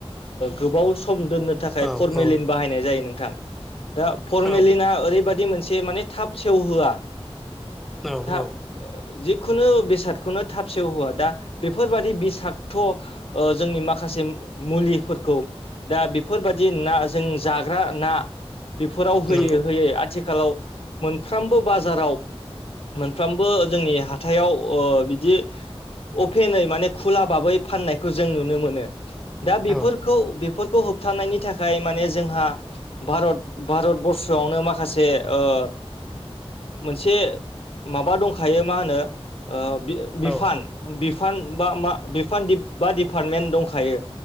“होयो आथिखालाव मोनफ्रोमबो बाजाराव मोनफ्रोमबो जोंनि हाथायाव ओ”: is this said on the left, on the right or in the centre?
Left